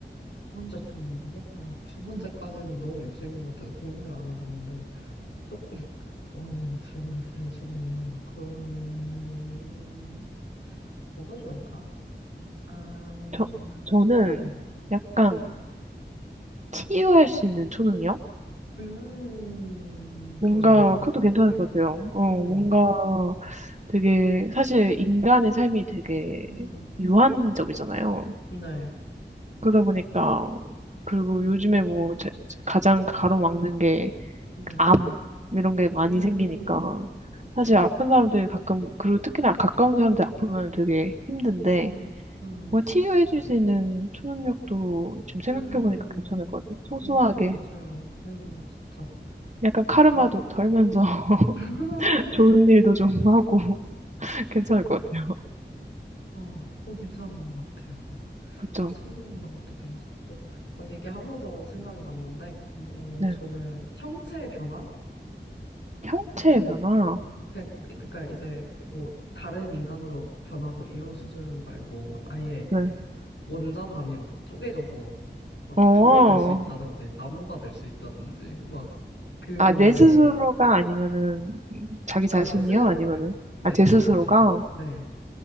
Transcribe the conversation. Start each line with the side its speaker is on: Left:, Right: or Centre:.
Left: 혼자 총 나누게? 아, 두 번째까지는
Right: 음.
Left: 너무 욕심인 것 같아서 고민을 안 해봤는데, 조금, <laughs> 어, 두 번째 초능력... 그러면은, 뭐가 좋을까? 아,
Right: 저, 저는
Left: 네.
Right: 약간 치유할 수 있는 초능력?
Left: 음,
Right: 뭔가,
Left: 그거 정말 좋은
Right: 그것도
Left: 것
Right: 괜찮을
Left: 같아요.
Right: 것 같아요. 어,
Left: 음,
Right: 뭔가, 되게 사실 인간의 삶이 되게
Left: 음,
Right: 유한적이잖아요.
Left: 네.
Right: 그러다 보니까 그리고
Left: 음,
Right: 요즘에 뭐 제- 가장 가로막는 게
Left: 네.
Right: 암 이런 게 많이
Left: 음,
Right: 생기니까
Left: 그쵸.
Right: 사실 아픈 사람들이 가끔 그리고 특히나 가까운 사람들 아프면 되게 힘든데
Left: 음, 음,
Right: 뭐 치유해줄 수 있는 초능력도 지금 생각해보니까
Left: 음,
Right: 괜찮을 것 같아요. 소소하게
Left: 음, 아 맞아요. 음, 진짜.
Right: 약간 카르마도
Left: 어.
Right: 덜면서 <laughs>
Left: 어,
Right: 좋은 일도 좀 하고 <laughs> 괜찮을 것 같아요.
Left: 와, 어, 괜찮은 것 같아요.
Right: 그렇죠?
Left: 수입 능력도 괜찮고. 어, 얘기하면서 생각이 났는데, 어,
Right: 네.
Left: 저는 형체의 변화?
Right: 형체의
Left: 이제,
Right: 변화.
Left: 그- 그러니까 이제 뭐 다른 인간으로 변하고 이런 수준 말고 아예
Right: 네.
Left: 원자 단위로 쪼개져서 막
Right: 어,
Left: 돌이 될 수 있다든지 나무가 될 수 있다든지 막 그런
Right: 아, 내 스스로가
Left: 거.
Right: 아니면은 자기
Left: 아,
Right: 자신이요?
Left: 제 스스로가요.
Right: 아니면은,
Left: 네,
Right: 아, 제
Left: 제
Right: 스스로가?
Left: 자신이. 네.